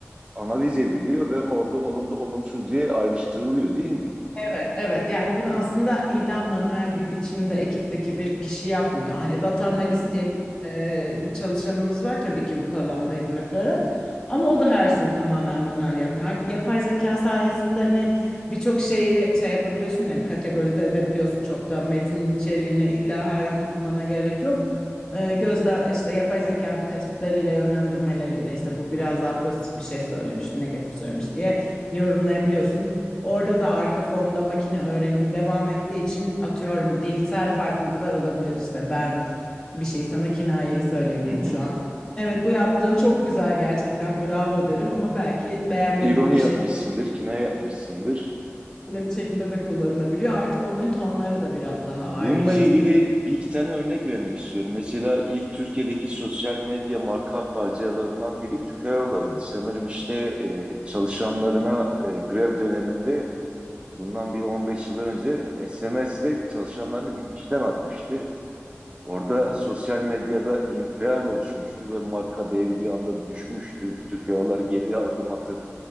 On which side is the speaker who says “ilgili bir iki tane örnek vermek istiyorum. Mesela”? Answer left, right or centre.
Right